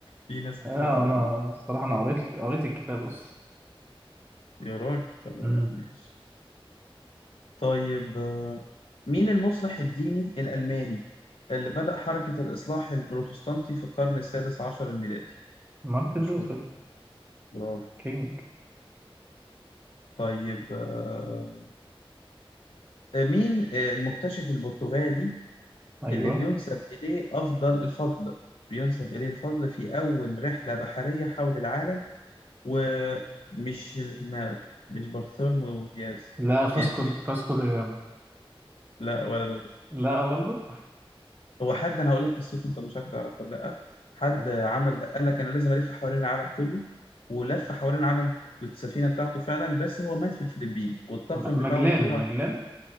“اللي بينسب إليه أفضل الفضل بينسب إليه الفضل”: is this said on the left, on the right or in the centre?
Left